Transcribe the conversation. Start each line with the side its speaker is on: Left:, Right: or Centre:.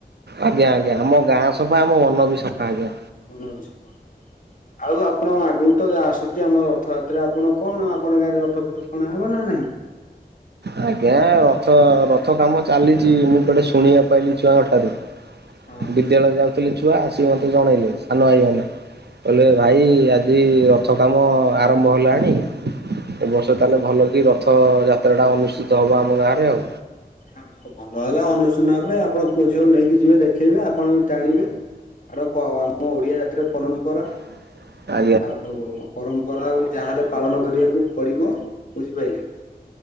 Right: ଆଜ୍ଞା ଆଜ୍ଞା ଆମ ଗାଁ ସଫା ଆମ ମନ ବି ସଫା ଆଜ୍ଞା।
Left: ମନ ବି ସଫା ଆଉ ଆପଣ ଆଗକୁ ତ ଏ ଆସୁଚି ଆମ ରଥଯାତ୍ରା ଆପଣ କଣ ଆ ଆପଣଙ୍କ ଗାଁରେ ରଥପଥ ଟଣା ହବ ନା ନାହିଁ?
Right: ଆଜ୍ଞା ରଥ ରଥ କାମ ଚାଲିଚି ମୁଁ କୁଆଡେ ଶୁଣିବା ପାଇଲି ଛୁଆଙ୍କ ଠାରୁ।
Left: ହଁ।
Right: ବିଦ୍ୟାଳୟ ଯାଉଥିଲେ ଛୁଆ ଆସିକି ମତେ ଜଣେଇଲେ ସାନ ଭାଇମାନେ। କହିଲେ ଭାଇ ଆଜି ରଥ କାମ ଆରମ୍ଭ ହେଲାଣି ଏବର୍ଷ ତାହେଲେ ଭଲ କି ରଥ ଯାତ୍ରାଟା ଅନୁଷ୍ଠିତ ହବ ଆମ ଗାଁରେ ଆଉ।
Left: ଆ ଭ ଭଲ ହେଲା ଅନୁଶୂନା ହେବେ ଆପଣ ପୁଅ ଝିଅକୁ ନେଇକି ଯିବେ ଦେଖେଇବେ ଆପଣ ବି ଟାଣିବେ। ଆଡ କ ଆମ ଓଡିଆ ଜାତିର ପରମ୍ପରା।
Right: <inaudible>
Left: ଆଉ ପରମ୍ପରା ଆଉ ଯାହାହେଲେ ପାଳନ କରିବାକୁ ପଡିବ ବୁଝିପାଇଲେ।